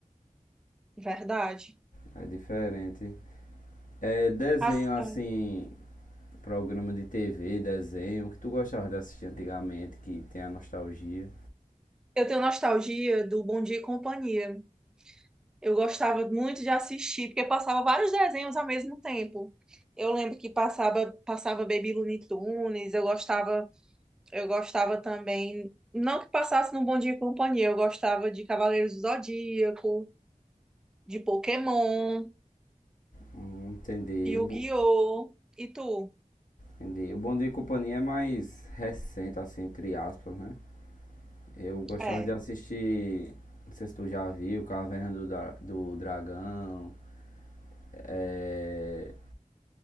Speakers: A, in the centre; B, on the left.
A: Verdade.
B: É diferente. É, desenho
A: As-
B: assim,
A: ah,
B: programa de TV, desenho, o que tu gostava de assistir antigamente, que tem a nostalgia.
A: Eu tenho nostalgia do Bom Dia e Companhia. Eu gostava muito de assistir, porque passava vários desenhos ao mesmo tempo. Eu lembro que passava, passava Baby Looney Tunes, eu gostava, eu gostava também, não que passasse no Bom Dia e Companhia, eu gostava de Cavaleiros do Zodíaco, de Pokémon,
B: Hum, entendi.
A: Yu-Gi-Oh!
B: Bo-
A: E tu?
B: Entendi. O Bom Dia e Companhia é mais recente, assim, entre aspas, né? Eu gostava
A: É,
B: de assistir, não sei se tu já viu, Caverna do, Dra- do Dragão. É,